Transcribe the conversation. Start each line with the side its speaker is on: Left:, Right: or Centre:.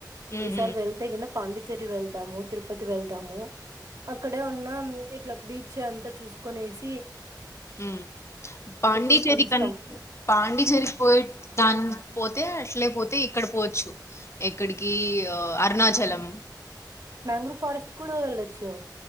Left: హుహు.
Right: ఈ సారి వెళ్తే కనా పాండిచ్చేరి వెళ్తాము తిరుపతి వెళ్తాము అక్కడే ఉన్న ఇట్లా బీచ్ అంతా చూసుకునేసి
Left: ఉమ్ పాండిచ్చేరి
Right: చూసుకొని వస్తాం
Left: కన్ పాండిచ్చేరి పోయి దాని పోతే అట్లే పోతే ఇక్కడ పోవచ్చు ఎక్కడికి అరుణాచలం
Right: మ్యాంగ్రూవ్ ఫారెస్ట్ కూడా వెళ్లొచ్చు